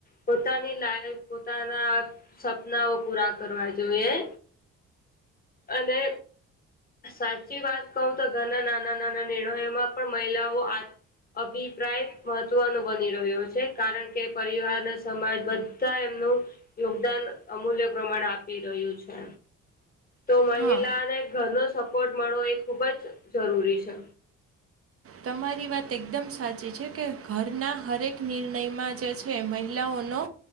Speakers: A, on the left; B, on the right.
A: પોતાની લાઈફ પોતાના સપનાઓ પૂરા કરવા જોઈએ અને સાચી વાત કહું તો ઘરના નાના નાના નિર્ણયોમાં પણ મહિલાઓ અતા અભિપ્રાય મહત્વનો બની રહ્યો છે કારણ કે પરિવાર અને સમાજમાં બ ધા એમનું યોગદાન અમૂલ્ય પ્રમાણે આપી રહ્યું છે. તો મહિલાને
B: હા
A: ઘરનો સપોર્ટ મળવો એ ખૂબ જ જરૂરી છે.
B: તમારી વાત એકદમ સાચી છે કે ઘરના હરેક નિર્ણયમાં જે છે મહિલાઓનો